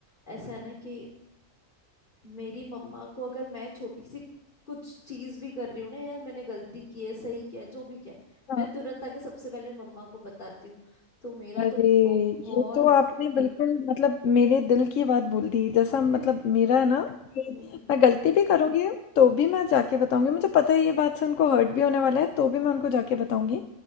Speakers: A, on the left; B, on the left.
A: ऐसा है ना कि मेरी मम्मा को अगर मैं छोटी सी कुछ चीज भी कर रही हूँ ना यार मैंने गलती की है सही किया है, जो भी किया है
B: हाँ
A: मैं तुरंत आके सबसे पहले मम्मा को बताती हूँ तो मेरा
B: अरे!
A: तो बहुत
B: ये तो आपने बिल्कुल मतलब मेरे दिल की बात बोल दी। जैसा
A: <laughs>
B: मतलब मेरा है ना कि
A: हम्म हम्म,
B: मैं गलती भी करूँगी तो भी मैं जाके बताऊँगी। मुझे पता है ये बात से उनको हर्ट भी होने वाला है तो भी मैं उनको जाके बताऊँगी।